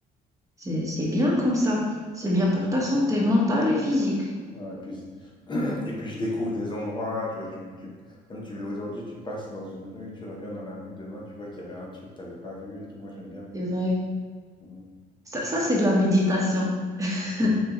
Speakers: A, on the right; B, on the left.
A: C'est, c'est bien comme ça. C'est bien pour ta santé mentale et physique.
B: Ouais, et puis, <clears throat> et puis je découvre des endroits, tu vois, tu, tu, même tu, aujourd'hui, tu passes dans une rue, tu reviens dans la rue demain, tu vois qu'il y avait un truc que tu n'avais pas vu et tout, moi j'aime bien.
A: C'est vrai.
B: Mhm.
A: Ça, ça c'est de la méditation. <laughs>
B: Ah bon